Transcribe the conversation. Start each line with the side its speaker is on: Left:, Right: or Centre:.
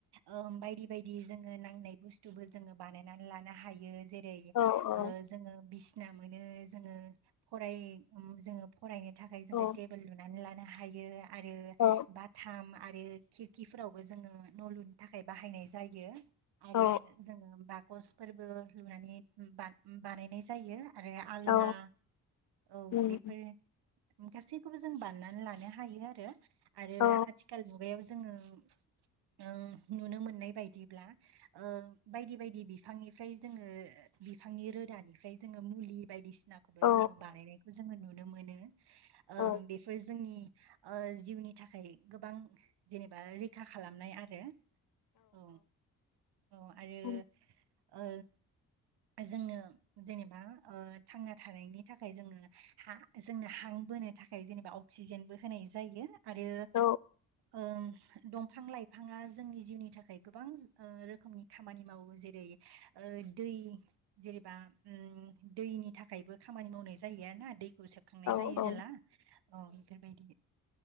Right: ओ बायदि बायदि जोङो नांनाय बुस्थुबो जोङो बानायना लानो हायो जे ओ
Left: औ औ
Right: जोङो बिस्ना मोनो जोङो फराय ओ जोङो फरायनो थाखाय जोङो
Left: औ
Right: टेबोल लुनानै लानो हायो आरो
Left: औ
Right: बाथाम। आरो खिरखिफोरावबो जोङो न' लुनो थाखाय बाहायनाय जायो। आरो
Left: औ
Right: जोङो बाकसफोरबो लुनानै बानायनाय जायो। आरो आलना
Left: औ
Right: औ
Left: उम
Right: बेफोर गासैखौबो जों बा साननानै लानो हायो आरो आरो
Left: औ
Right: आथिखाल मुगायाव जोङो। ओं नुनो मोननाय बायदिब्ला ओ बायदि बायदि बिफांनिफ्राय जोङो। बिफांनि रोदानिफ्राय जोङो मुलि बायदिसि नाखौबो
Left: औ
Right: जोङो बानायनायखौ जोङो नुनो मोनो ओ
Left: औ
Right: बेफोर जोंनि ओ जिउनि थाखाय गोबां जेनेबा रैखा खालामनाय आरो। औ औ आरो
Left: उम
Right: ओ जोंनो जेनेबा ओ थांना थानायनि थाखाय जोङो हा- जोंनो हां बोनो थाखाय जेनेबा अक्सिजेनबो होनाय जायो आरो
Left: औ
Right: ओम। दंफां लाइफाङा जोंनि जिउनि थाखाय गोबां ओ रोखोमनि खामानि मावो जेरै ओ दै जेनेबा ओम दैनि थाखायबो खामानि मावनाय जायो आर ना दै। खौ सेबखांनाय
Left: औ
Right: जायो
Left: औ
Right: जेला औ बेफोरबायदि।